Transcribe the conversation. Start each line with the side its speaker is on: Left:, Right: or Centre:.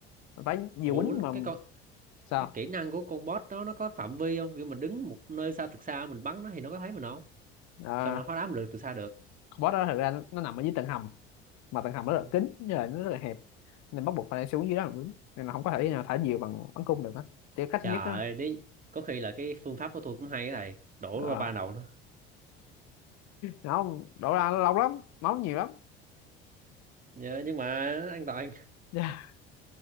Left: mình phải vừa
Right: Ủa
Left: quýnh
Right: quýnh,
Left: mà
Right: cái con
Left: sao
Right: cái kỹ năng của con boss đó nó có phạm vi không? Kiểu mình đứng một nơi xa thật xa mình bắn nó thì nó có thấy mình không?
Left: à,
Right: Sao mà hóa đá mình được từ xa được?
Left: con boss đó thực ra nó, nó nằm ở dưới tầng hầm mà tầng hầm nó rất
Right: Ừ.
Left: là kín như là nó rất là hẹp nên bắt buộc phải xuống dưới đó mình quýnh nên là không có thể nào thả diều bằng bắn cung được á chỉ có cách
Right: Trời
Left: duy nhất đó
Right: ơi, đấy có khi là cái phương pháp của tôi cũng hay á thầy. Đổ
Left: ờ,
Right: lava lên đầu nó.
Left: không đổ ra nó lâu lắm máu nhiều lắm
Right: Nhớ- Nhưng mà an toàn
Left: Dạ.